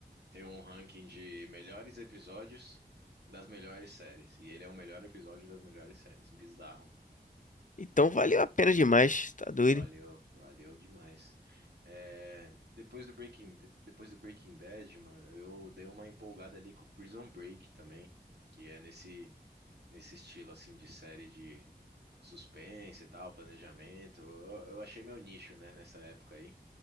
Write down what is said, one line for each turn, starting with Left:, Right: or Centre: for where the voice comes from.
Right: Tem um ranking de melhores episódios das melhores séries. E ele é o melhor episódio das melhores séries. Bizarro.
Left: Então valeu a pena demais, tá doido?
Right: Valeu, valeu demais. É, depois do Breaking, depois do Breaking Bad, mano, eu dei uma empolgada ali com o Prison Break também, que é nesse, nesse estilo assim de série de suspense e tal, planejamento. Eu, eu achei meu nicho, né, nessa época aí.